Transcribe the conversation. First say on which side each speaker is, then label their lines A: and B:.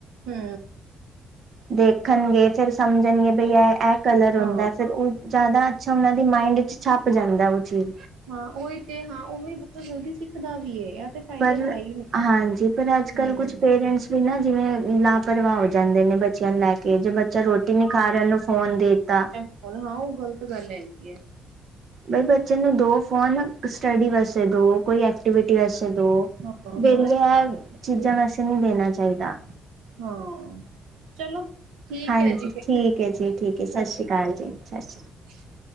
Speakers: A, on the right; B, on the right.
A: ਹੂੰ।
B: ਦੇਖਣਗੇ ਫੇਰ ਸਮਝਣਗੇ ਬਈ ਇਹ-ਇਹ ਕਲਰ ਹੁੰਦਾ
A: ਹਾਂ,
B: ਫਿਰ ਉਹ ਜਾਦਾ ਅੱਛਾ ਉਹਨਾਂ ਦੀ ਮਾਇੰਡ ਚ ਛਪ ਜਾਂਦਾ ਉਹ ਚੀਜ਼।
A: ਹਾਂ ਉਹੀ ਤੇ, ਹਾਂ ਉਹੀ ਬੱਚਾ ਜਲਦੀ ਸਿੱਖਦਾ ਵੀ ਏ ਏ ਤੇ ਫਾਇਦੇ
B: ਪਰ
A: ਹੈ ਹੀ ਨੇ।
B: ਹਾਂਜੀ, ਪਰ ਅੱਜ
A: ਹੂੰ,
B: ਕੱਲ ਕੁੱਝ ਪੇਰੈਂਟਸ ਵੀ ਨਾਂ ਜਿਵੇਂ ਲਾਪਰਵਾਹ ਹੋ ਜਾਂਦੇ ਨੇ ਬੱਚਿਆਂ ਨੂੰ ਲੈ ਕੇ ਜੇ ਬੱਚਾ ਰੋਟੀ ਨੀ ਖਾ ਰਿਹਾ ਉਹਨੂੰ ਫੋਨ ਦੇਤਾ।
A: ਹੁਣ ਹਾਂ ਉਹ ਗ਼ਲਤ ਗੱਲ ਹੈਗੀ ਏ।
B: ਬਈ ਬੱਚੇ ਨੂੰ ਦੋ ਫੋਨ ਸਟੱਡੀ ਵਾਸਤੇ ਦੋ, ਕੋਈ ਐਕਟੀਵਿਟੀ ਵਾਸਤੇ ਦੋ
A: ਹਾਂ, ਹਾਂ
B: ਵਿਹਲਿਆ
A: ਇਹ
B: ਚੀਜ਼ਾਂ
A: ਤੇ ਹੈ
B: ਵਾਸਤੇ ਨਹੀ ਦੇਣਾ ਚਾਹੀਦਾ।
A: ਹਾਂ, ਚਲੋ ਠੀਕ
B: ਹਾਂਜੀ
A: ਹੈ ਜੀ ਫਿਰ
B: ਠੀਕ
A: ਹੈ
B: ਜੀ ਠੀਕ ਹੈ ਸਤਿ
A: ਸਸ
B: ਸ਼੍ਰੀ
A: ਸ੍ਰੀ
B: ਅਕਾਲ
A: ਕਾਲ ਜੀ।
B: ਸਤਿ ਸ਼੍ਰੀ